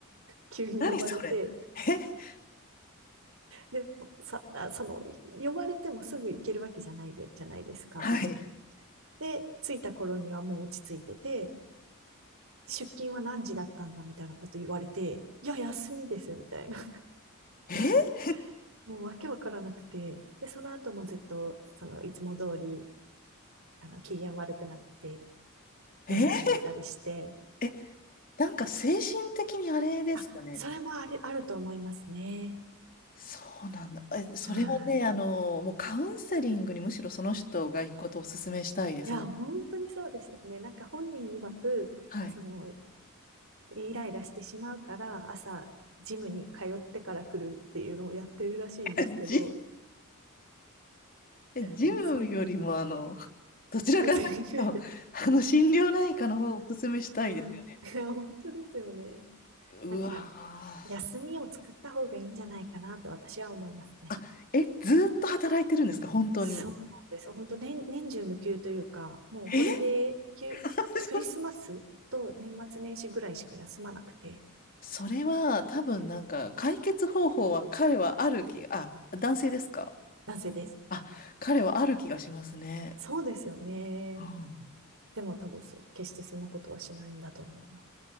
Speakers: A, on the right; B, on the left.
A: 急に呼ばれて、
B: 何それえ
A: で、さ、あその、呼ばれてもすぐ行けるわけじゃないで、じゃないですか。
B: はい。
A: で、着いた頃にはもう落ち着いてて、出勤は何時だったんだみたいなこと言われて、いや、休みです、みたいな。
B: えー
A: <laughs> もうわけわからなくて。で、その後もずっと、その、いつも通り、あの、機嫌悪くなって、怒鳴られたりして、
B: えーえ、なんか精神的にあれですかね。
A: あ、それもあるあると思いますね。
B: そうなんだ。え、それはね、
A: はい。
B: あの、もうカウンセリングにむしろその人が行くことをお勧めしたいですね。
A: いや、本当にそうですよね。なんか本人曰く、
B: はい。
A: その、イライラしてしまうから、朝、ジムに通ってから来るっていうのをやってるらしいんですけど、
B: <laughs> 人でジムよりも、
A: うん、そん、
B: あの、どちらかというと、
A: カウンセリング
B: あの、心療内科の方をお勧めしたいですよね。
A: うん <laughs> いや、本当ですよね。
B: うわー。
A: なんか、休みを作った方がいいんじゃないかなと私は思いますね。
B: あ、え、ずーっと働いてるんですか本当に。
A: そうなんです。本当年、年中無休というか、もうホリデー休、
B: え <laughs>
A: クリスマスと年末年始ぐらいしか休まなくて、
B: それは、多分なんか、解決方法は彼はある気、あ、男性ですか
A: なぜです。
B: あ、彼はある気がしますね。
A: そうですよね。
B: うん
A: でも多分そう、決してそんなことはしないんだと思います。